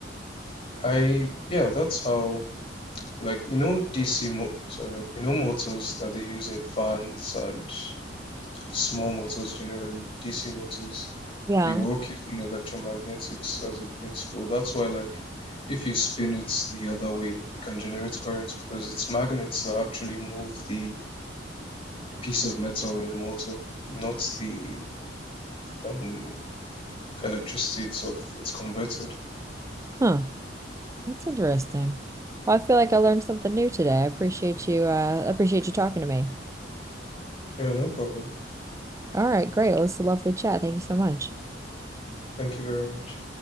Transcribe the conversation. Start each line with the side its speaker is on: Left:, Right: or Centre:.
Left: I, yeah, that's how, like, you know, DC, mo- sorry, you know, motors that they use in fans and small motors generally, DC motors,
Right: yeah.
Left: they work using electromagnetics as a principle. That's why, like, if you spin it the other way, it can generate currents because it's magnets that actually move the piece of metal in the motor, not the um, electricity itself. It's converted.
Right: Huh. That's interesting. Well, I feel like I learned something new today. I appreciate you uh appreciate you talking to me.
Left: Yeah, no problem.
Right: All right, great. Well, it's a lovely chat. Thank you so much.
Left: Thank you very much.